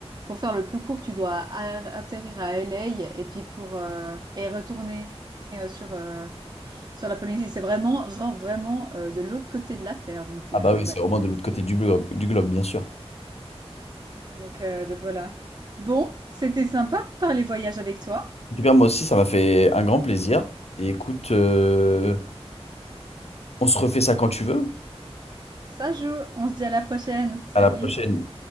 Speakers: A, on the right; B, on the left.
A: pour faire le plus court, tu dois a- atterrir à LA et puis pour, euh, et retourner euh, sur, euh, sur la Polynésie. C'est vraiment, genre, vraiment euh, de l'autre côté de la Terre. Donc,
B: Ah
A: euh,
B: bah oui,
A: ouais.
B: c'est vraiment de l'autre côté du globe, du globe, bien sûr.
A: Donc, euh, donc voilà. Bon, c'était sympa de parler voyage avec toi.
B: En tout cas, moi aussi, ça m'a fait un grand plaisir. Et écoute, euh, on se refait ça quand tu veux.
A: Ça joue. On se dit à la prochaine. Salut.
B: À la prochaine.